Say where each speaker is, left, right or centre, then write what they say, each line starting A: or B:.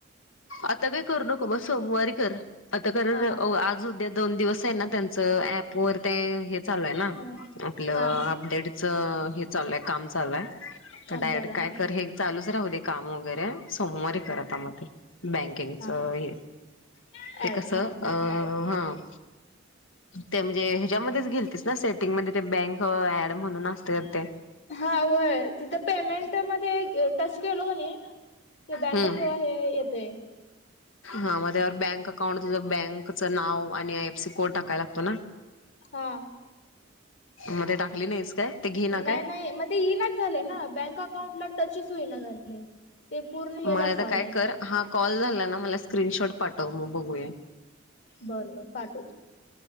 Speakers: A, on the left; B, on the left.
A: आता काही करू नको मग सोमवारी कर आता कारण
B: हा
A: अव आज उद्या दोन दिवस आहे ना त्यांच ऍप वर ते हे चालू आहे ना
B: हा
A: आपलं अपडेट चा हे चाललय काम चाललंय.
B: काम
A: तर डायरेक्ट
B: चालू आहे
A: काय
B: हा
A: कर हे चालूच राहू दे काम वगैरे सोमवारी कर आता म ते. बँकिंगचा
B: हा
A: हे
B: हा
A: ते
B: ऍड
A: कसं
B: हा बँक
A: अ
B: ऍड
A: हं ते म्हणजे ह्याच्यामध्येच गेलतीलस ना सेटिंग मध्ये ते बँक ऍड म्हणून असते ते.
B: हा होय तिथं पेमेंट मध्ये टच केलो क नी ते बँक
A: हम्म
B: किंवा हे येतेय
A: हा मग त्यावर बँक अकाउंट तुझा बँकचं नाव आणि आय एफ सी कोड टाकायला लागतो ना.
B: हां.
A: म ते टाकली नाहीस काय? ते घे ना
B: नाही
A: काय
B: नाही मग ते येईनाच झाले ना बँक अकाउंटला टचच होईना झाले. ते पूर्ण
A: मला
B: हे दाखवाले
A: आता काय कर हा कॉल झाला ना मला स्क्रीनशॉट पाठव मग बघूया.
B: बर बर पाठवते.